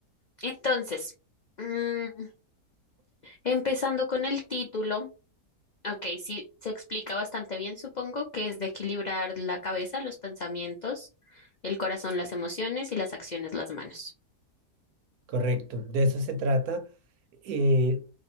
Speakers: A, on the left; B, on the right.
A: Entonces, mm, empezando con el título, ok, sí, se explica bastante bien, supongo, que es de equilibrar la cabeza, los pensamientos, el corazón, las emociones y las acciones, las manos.
B: Correcto, de eso se trata. Eh,